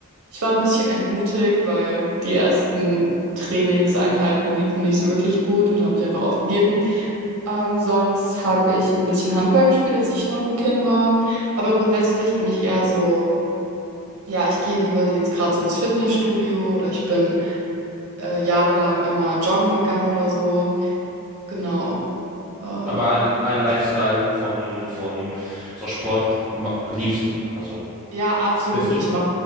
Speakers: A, on the right; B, in the centre.
A: ich war ein bisschen entmutigt, weil die ersten Trainingseinheiten liefen nicht so wirklich gut und habe ich einfach aufgegeben. Ähm, sonst habe ich ein bisschen Handball gespielt, als ich noch ein Kind war. Aber grundsätzlich bin ich eher so, ja, ich gehe lieber jetzt gerade so ins Fitnessstudio oder ich bin äh, jahrelang immer joggen gegangen oder so. Genau. Äh,
B: Aber ein, ein Lifestyle von, von so Sport ma- liebst du. Also
A: ja, absolut.
B: Bist
A: Ich mach,